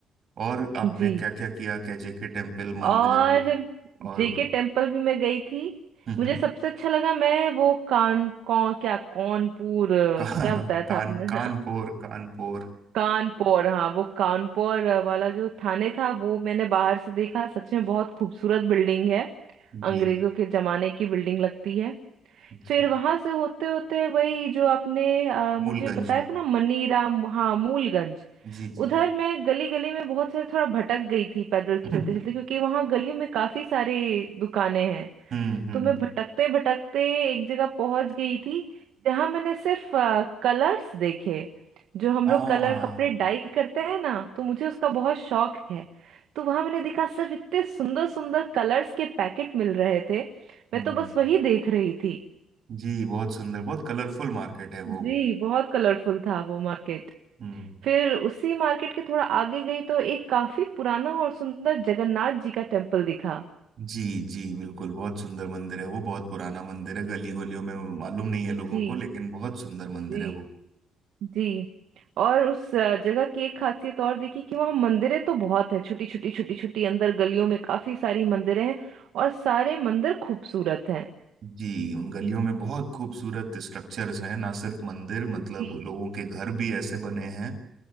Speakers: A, on the right (about 55°); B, on the right (about 80°).
A: और आपने
B: जी
A: क्या क्या किया कैजे के टेम्पल मंदिर
B: और
A: और
B: जेके टेम्पल भी मैं गई थी
A: हम्म
B: मुझे
A: हम्म।
B: सबसे अच्छा लगा मैं वो कान कौन क्या कानपुर अ,
A: कान
B: क्या बताया
A: कान
B: था आपने
A: कानपुर कानपुर
B: <laughs> कानपुर हाँ वो कानपुर वाला जो थाने था वो मैंने बाहर से देखा सच में बहुत खूबसूरत बिल्डिंग है
A: जी
B: अंग्रेजों के जमाने की बिल्डिंग लगती है
A: जी
B: फिर वहां से होते होते वही जो आपने अ, मुझे
A: मूलगंज
B: बताया था ना मनीराम हाँ मूलगंज
A: जी जी
B: उधर मैं गली गली में बहुत सारे थोड़ा भटक गई थी पैदल
A: <laughs>
B: चलते
A: हम्म
B: चलते क्योंकि वहां गलियों में काफी सारी दुकानें हैं
A: हम्म
B: तो मैं भटकते भटकते एक जगह पहुंच गई थी जहां मैंने सिर्फ कलर्स देखे जो हम
A: आ
B: लोग कलर कपड़े डाई करते हैं ना तो मुझे उसका बहुत शौक है तो वहां मैंने देखा सिर्फ इतने सुंदर सुंदर कलर्स के पैकेट मिल रहे थे
A: हम्म
B: मैं तो बस वही देख रही थी
A: जी बहुत सुंदर बहुत कलरफुल मार्केट है
B: जी
A: वो
B: बहुत कलरफुल था वो मार्केट
A: हम्म
B: फिर उसी मार्केट के थोड़ा आगे गई तो एक काफी पुराना और सुंदर जगन्नाथ जी का टेम्पल दिखा
A: जी जी बिल्कुल बहुत सुंदर मंदिर है वो बहुत पुराना मंदिर है गली गलियों में मालूम नहीं है लोगों
B: जी
A: को लेकिन बहुत सुंदर मंदिर
B: जी
A: है वो
B: जी और उस अ, जगह की एक खासियत और दिखी कि वहाँ मंदिरें तो बहुत हैं छोटी छोटी छोटी छोटी अंदर गलियों में काफी सारी मंदिरें हैं और सारे मंदिर खूबसूरत हैं
A: जी उन गलियों में बहुत खूबसूरत स्ट्रक्चर्स हैं ना सिर्फ मंदिर मतलब
B: जी
A: लोगों के घर भी ऐसे बने हैं